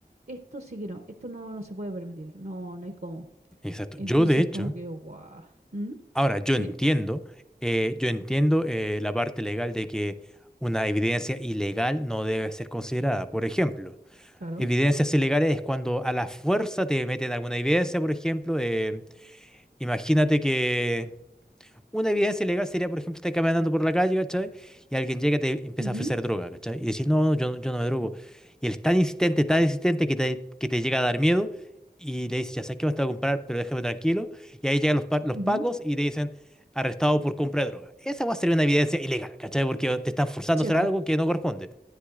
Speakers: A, on the right (about 60°); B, in the centre.
A: esto sí que no, esto no, no se puede permitir, no, no hay cómo.
B: Exacto.
A: Entonces,
B: Yo, de hecho,
A: como que, guau, ¿Mm?
B: ahora yo
A: ¿Sí?
B: entiendo, eh, yo entiendo eh, la parte legal de que una evidencia ilegal no debe ser considerada. Por ejemplo,
A: Claro.
B: evidencias ilegales es cuando a la fuerza te meten alguna evidencia, por ejemplo, eh, imagínate que Una evidencia legal sería, por ejemplo, estar caminando por la calle, ¿cachai? Y alguien llega y te empieza
A: mhm
B: a ofrecer droga, ¿cachai? Y decís, no, no, yo, no- yo no me drogo. Y él es tan insistente, tan insistente que te, que te llega a dar miedo y le dices, ya sabes que me te voy a comprar, pero déjame tranquilo. Y ahí llegan los, pa- los
A: mhm
B: pacos y te dicen, arrestado por compra de droga. Esa va a ser una evidencia ilegal, ¿cachai? Porque te están forzando
A: Chepo,
B: a hacer algo que no corresponde.